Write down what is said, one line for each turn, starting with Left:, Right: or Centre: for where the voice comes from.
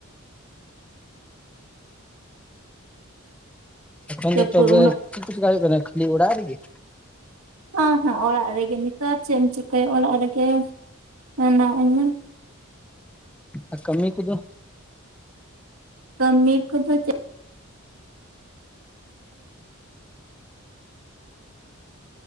Centre: ᱮᱠᱷᱚᱱ
Right: ᱡᱟᱹᱯᱩᱫ
Centre: ᱫᱚ ᱛᱚᱵᱮ
Right: ᱩᱱᱟᱹᱜ
Centre: ᱪᱮᱫ ᱠᱚ ᱪᱮᱠᱟ ᱦᱩᱭᱩᱜ ᱠᱟᱱᱟ ᱠᱷᱟᱹᱞᱤ ᱚᱲᱟᱜ ᱨᱮᱜᱮ?
Right: ᱦᱚᱸ ᱦᱚᱸ ᱚᱲᱟᱜ ᱨᱮᱜᱮ, ᱱᱮᱛᱟᱨ ᱪᱮᱫ ᱮᱢ ᱪᱤᱠᱟᱹᱭᱟ ᱚᱲᱟᱜ ᱨᱮᱜᱮ ᱦᱮᱱᱟᱜ ᱤᱧᱟ ᱾
Centre: ᱟᱨ ᱠᱟᱹᱢᱤ ᱠᱚᱫᱚ?
Right: ᱠᱟᱹᱢᱤ ᱠᱚᱫᱚ